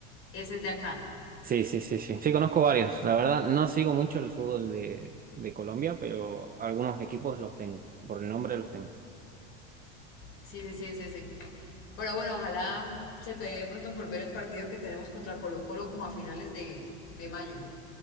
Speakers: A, on the left; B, on the right.
A: ese es de acá.
B: Sí, sí, sí, sí. Sí, conozco varios. La verdad, no sigo mucho el fútbol de, de Colombia, pero algunos equipos los tengo. Por el nombre los tengo.
A: Sí, sí, sí, es ese. Pero bueno, ojalá se te dé pronto por ver el partido que tenemos contra Colo Colo como a finales de, de mayo.